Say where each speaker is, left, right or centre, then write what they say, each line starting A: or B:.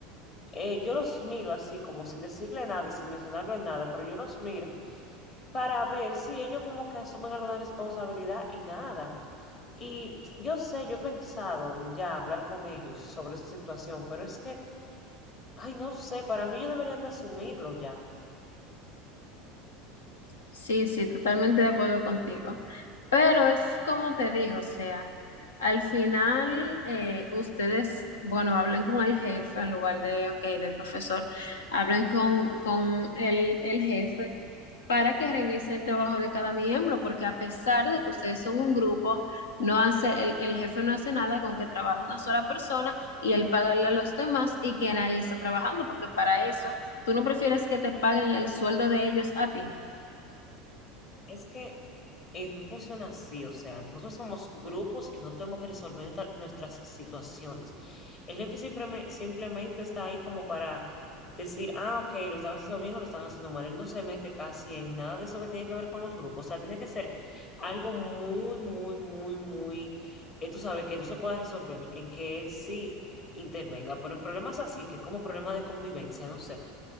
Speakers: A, on the left (about 40°); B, on the left (about 75°).
A: eh, yo los miro así como sin decirle nada y sin mencionarlo en nada, pero yo los miro para ver si ellos como que asumen alguna responsabilidad y nada. Y yo sé, yo he pensado en ya hablar con ellos sobre esa situación, pero es que, ay, no sé, para mí ellos deberían de asumirlo ya.
B: Sí, sí, totalmente de acuerdo contigo. Pero es como te digo, o sea, al final eh, ustedes, bueno, hablen con el jefe en lugar de, ok, del profesor, hablen con, con el, el jefe para que revise el trabajo de cada miembro, porque a pesar de que ustedes son un grupo, no hace, el, el jefe no hace nada con que trabaje una sola persona y él pagarle a los demás y que nadie está trabajando, porque para eso, tú no prefieres que te paguen el sueldo de ellos a ti.
A: Es que eh, no funciona así, o sea, nosotros somos grupos y nosotros tenemos que resolver nuestra- nuestras situaciones. El jefe simplemente, simplemente está ahí como para decir, ah, ok, lo están haciendo bien o lo están haciendo mal. Él no se mete casi en nada de eso que tiene que ver con los grupos. O sea, tiene que ser algo muy, muy, muy, muy, eh, tú sabes, que no se pueda resolver, en que él sí intervenga. Pero en problemas así, que es como problema de convivencia, no sé,